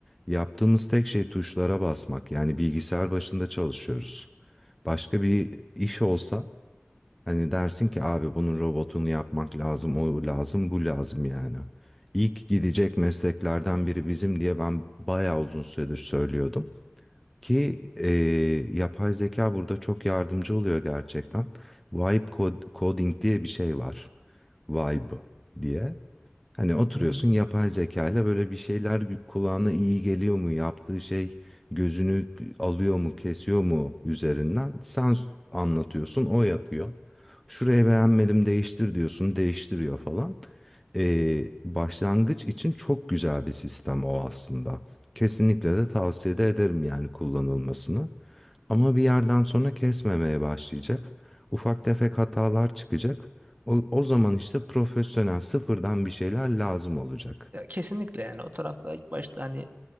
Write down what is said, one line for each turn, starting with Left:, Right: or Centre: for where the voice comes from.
Centre: Yaptığımız tek şey tuşlara basmak. Yani bilgisayar başında çalışıyoruz. Başka bir iş olsa Hani dersin ki abi bunun robotunu yapmak lazım, o lazım, bu lazım yani. İlk gidecek mesleklerden biri bizim diye ben bayağı uzun süredir söylüyordum. Ki e, yapay zeka burada çok yardımcı oluyor gerçekten. Vibe cod- coding diye bir şey var. Vibe diye. Hani oturuyorsun
Right: Hı hı.
Centre: yapay zeka ile böyle bir şeyler gü- kulağına iyi geliyor mu? Yaptığı şey gözünü alıyor mu, kesiyor mu üzerinden? Sen s- anlatıyorsun, o yapıyor. Şurayı beğenmedim, değiştir diyorsun, değiştiriyor falan. Ee, başlangıç için çok güzel bir sistem o aslında. Kesinlikle de tavsiye de ederim yani kullanılmasını. Ama bir yerden sonra kesmemeye başlayacak. Ufak tefek hatalar çıkacak. O, o zaman işte profesyonel sıfırdan bir şeyler lazım olacak.
Right: Ya kesinlikle yani o tarafta ilk başta hani